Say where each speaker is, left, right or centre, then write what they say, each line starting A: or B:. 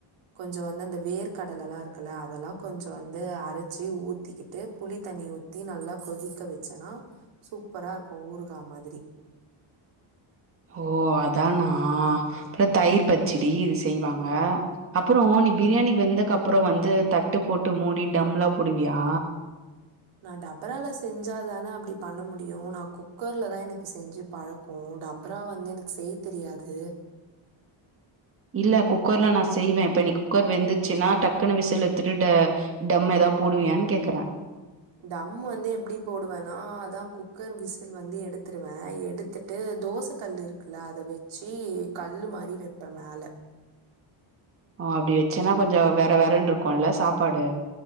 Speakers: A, on the right; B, on the right.
A: கொஞ்சு வந்து அந்த வேர்கடலல்லா இருக்குல்ல அதெல்லா கொஞ்சு வந்து அரச்சி ஊத்திக்கிட்டு புளி தண்ணிய ஊத்தி நல்லா கொதிக்க வெச்சனா சூப்பரா இருக்கு ஊருகா மாதிரி
B: ஹோ அதானா ப்ற தயிர் பச்சிடி இது செய்வாங்க அப்பறோ நீ பிரியாணி வெந்தக்கப்றோ வந்து தட்டு போட்டு மூடி டம்லா புடுவியா
A: நா டபரால செஞ்சா தான அப்டி பண்ண முடியு நா குக்கர்லதா எனக்கு செஞ்சி பழோ கோ டப்ரா வந்து எனக் செய் தெரியாது
B: இல்ல குக்கர்லா நா செய்வே இப்ப நீ குக்கர் வெந்துச்சுன்னா டக்குனு விசுல் எத்துட்டு டு டம் எதா போடுவியான் கேக்கற
A: தம் வந்து எப்டி போடுவேனா அதா குக்கர் விசில் வந்து எடுத்துடுவே எடு த்துட்டு தோச கல் இர்க்குல்ல அத வெச்சி கல்லு மாரி வெப்பே மேல
B: ஓ அப்டி வெச்சேனா கொஞ்சு வெற வெறன்ருக்குல சாப்பாடு